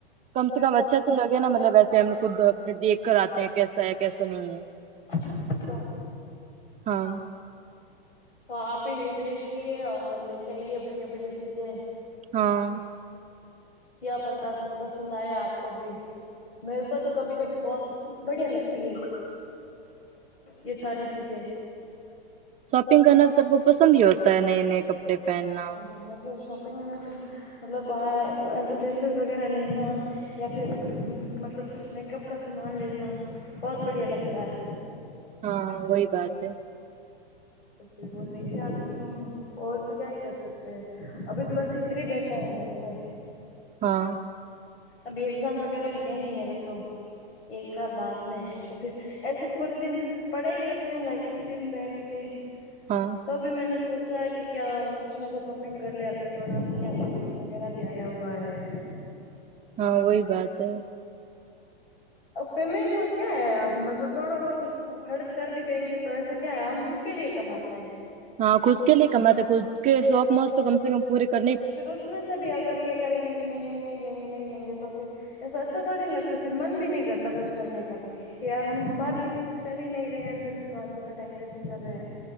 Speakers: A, on the right; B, on the left.
A: કમસે કમ અચ્છા તો લગે ના મતલબ વેસે ખુદ દેખ કર આતેે હૈં કેસા હૈ કેસા નહી.
B: <unintelligible>
A: <unintelligible>
B: તો આપી દેખએ લેકે આઈએ બડિયા બડિયા ચીજે
A: હા.
B: ક્યા પતા કુછ પસંદ આયા આપક ભી મે કો તો કભી કભી બહુત બડિયા લગતી હૈ યે સારી ચીજે
A: શોપિંગ કરના તો સબકો પસંદી હોતા નયે નયે કપડે પહેનના
B: <unintelligible> દિન મે ભી મતલબ બહાર એસે ડ્રેસેસ વગેરે લેના યા ફીર મતલબ કુછ મેકઅપ કા સામાન લેના બહુત બઢિયા લગતા હૈ.
A: હા વહી બાત હૈ.
B: તો ફિર વો લેકે આતી હું. ઓ તો ક્યાય કર સકતે હૈં અભી તો વેસે ફ્રી બેઠા હૈ ઘર પે
A: હા
B: અભી એક્ઝામ વગેરા ભી હૈ નહી મેરા તો એક સાલ બાદ મે હૈં તો ફિર એસ પૂરે દન પડાઈ કરતી હું લાાઈબ્રેરીમેં બેઠ કે
A: હા.
B: તોભી મેને સોચા કે ક્યા કુછ ના કુછ શોપિંગ કર લે અભી થોડા ક્યા પેમન્ટ વગેરે ભી આયા હુઆ હૈં.
A: હા વહી બાત હૈ.
B: પેમેન્ટન્ટમાં ક્યા હૈ મતલબ? થોડા બહુત ખર્ચ કર ભી દેગે. તો એસા ક્યા? હમ કિસ કે લીયે કમાતે હૈ?
A: હા ખુદ કે લીયે કમાતે હૈં ખુદ કે શોક મોજ તો કમસે કમ પૂરે કર
B: ફિર ઉસમેં સે ભી અગર એે કરેગે કે નઈ નઈ નહી લેગે નહી લેગે તો ફિ એસ અચ્છા થોડી ના લગતો મન ભી નહી કરતા કુછ કરને કા. કે યાર હમ હમાર લે તો કુછ કર નહી રહે ફર ભી ફાલતુ ક ટાઈમ વેસ્ટ કર રહેે.